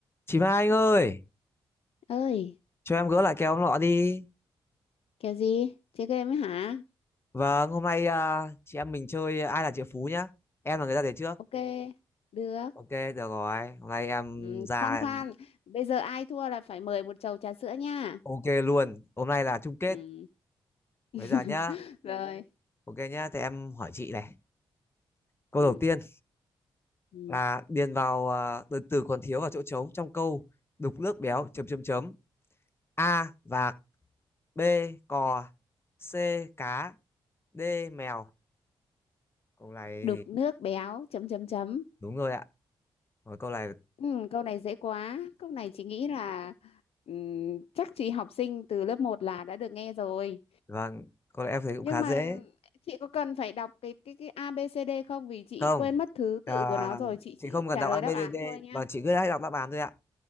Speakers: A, on the left; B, on the left.
A: Chị Mai Anh ơi,
B: ơi
A: cho em gỡ lại cái ông lọ đi.
B: kèo gì chơi game ấy hả
A: Vâng, hôm nay à, chị em mình chơi ai là triệu phú nhá. Em là người ra đề trước.
B: ok được
A: Ok, được rồi. Hôm nay em
B: ừ,
A: ra
B: khoan khoan bây giờ ai thua là phải mời một chầu trà sữa nha
A: ok luôn. Hôm nay là chung kết.
B: ừ. <laughs>
A: Bây giờ nhá.
B: rồi
A: Ok nhá, thì em hỏi chị này. Câu
B: ừ.
A: đầu tiên
B: Ừ.
A: là điền vào à, từ từ còn thiếu vào chỗ trống trong câu đục nước béo chấm chấm chấm. A vạc, B cò, C cá, D mèo. Câu này
B: đục
A: thì
B: nước béo chấm chấm chấm
A: đúng rồi ạ. Rồi câu này
B: ừ, câu này dễ quá câu này chị nghĩ là ừ, chắc chị học sinh từ lớp một là đã được nghe rồi
A: vâng, câu này em thấy cũng
B: nhưng
A: khá
B: mà
A: dễ.
B: chị có cần phải đọc cái cái cái A B C D không vì chị
A: không
B: quên mất thứ
A: à,
B: tự của nó rồi chị
A: chị
B: chị
A: không cần
B: trả
A: đọc
B: lời
A: a ABCD
B: đáp án thôi
A: và chị cứ hay đọc đáp án thôi ạ